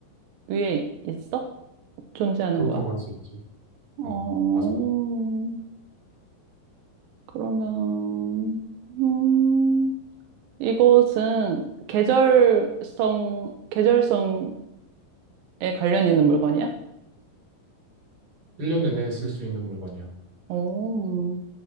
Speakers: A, on the right; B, on the right.
A: 위해 있어? 존재하는
B: 그렇다고
A: 거야?
B: 할 수 있지.
A: 어,
B: 어, 맞아.
A: 그러면, 음, 이것은 계절성, 계절성에 관련 있는 물건이야?
B: 1년 내내 쓸 수 있는 물건이야.
A: 어,